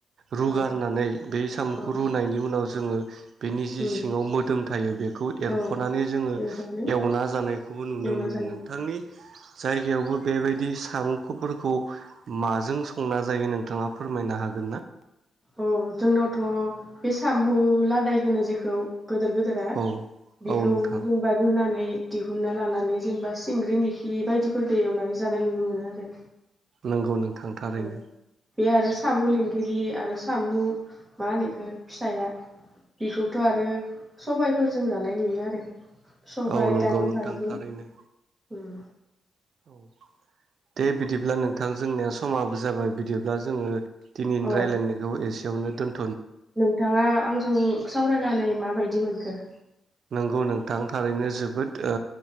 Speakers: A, on the right; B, on the right.
A: रुगारनानै
B: औ
A: बे सामुखौ
B: औ
A: रुनायनि उनाव जोङो बेनि जि
B: उम
A: सिङाव मोदोम थायो बेखौ एरख'नानै
B: औ
A: जोङो
B: बेखौनो
A: एवना खौबो नुनो
B: एवना
A: मोनो
B: जानाय
A: नोंथांनि जायगायाव बेबायदि सामु खौ माजों संना जायो नोंथाङा फोरमायनो हागोन ना?
B: औ जोंनावथ' बे सामु लादाय होनो जेखौ गोदोर गोेदोरा
A: औ
B: बिखौ
A: औ नोंथां
B: जेनबा रुनानै दिहुनना लानानै जेनबा सिंग्रि मेखि बायदिफोरदो एवनानै जानाय नुनो मोनो आरो
A: नंगौ नों थां थारैनो
B: औ बे आरो सामु लिंगिरि आरो सामु मा होनो इखो फिसाया बिखौथ' आरो सबाइफोरजों जानाय नुयो आरो सबाय
A: औ नंगौ
B: दालि
A: नोंथां
B: खारैजों
A: थारैनो
B: उम
A: औ दे बिदिब्ला नोंथां जोंनिया समाबो जाबाय बिदिब्ला जोङो दिनैनि
B: अ
A: रायलायनायखौ एसेयावनो दोन
B: नोंथाङा आंजों सावरायनानै माबायदि मोन खो
A: नंगौ नोंथां थारैनो जोबोद ओ